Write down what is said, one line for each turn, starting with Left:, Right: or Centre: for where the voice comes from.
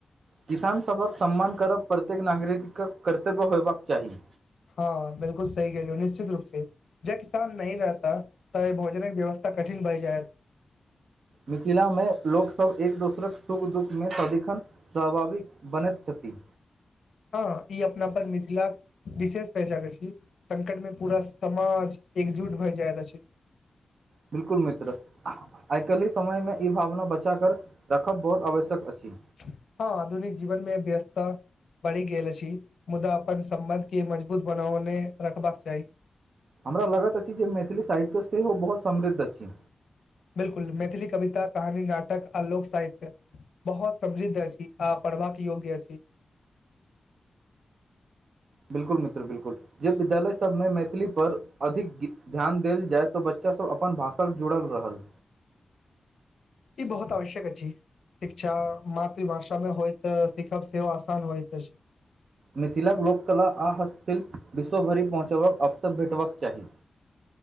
Right: किसान सबक सम्मान करब प्रत्येक नागरिक के कर्तव्य होयबाक चाहि
Left: ह बिल्कुल सही कहलिए निश्चित रूप से ज किसान नहीं रहता तऽ भोजन व्यवस्था कठिन भऽ जायत
Right: मिथिला मे लोकसब एक दोसरक सुख दुःखमे सदिखन स्वभाविक बनैय छथि
Left: ह ई अपना पर मिथिलाक विशेष पहचान अछि संकट मे पूरा समाज एकजुट भऽ जाय अछि
Right: बिलकूल मित्र <inaudible> आइ काल्हि समयमे इ भावना बचाकर रखब बहुत आवश्यक अछि
Left: ह आधुनिक जीवन मे व्यस्तता बढ़ि गेल छी मुदा अपन सम्बध के मजबूत बनौने रखबाक चाही
Right: हमरा लगत अछि जे मैथिली साहित्य सेहो बहुत समृद्ध अछि
Left: बिलकुल मैथिली कविता कहानी नाटक आ लोक साहित्य बहुत समृद्ध अछि आ पढ़बाक योग्य अछि
Right: बिल्कुल मित्र बिल्कुल जे विद्यालय सबमे मैथिली पर अधिक क ध्यान देल जाय तऽ बच्चा सब अपन भाषास जुड़ल रहल
Left: इ बहुत आवश्यक अछि शिक्षा मातृभाषा मे होय तऽ सिखब सेहो आसान होयत अछि
Right: मिथिला के लोककला आ हस्तशिल्प विश्वभरि पहुँचबक अवसर भेटबाक चाहि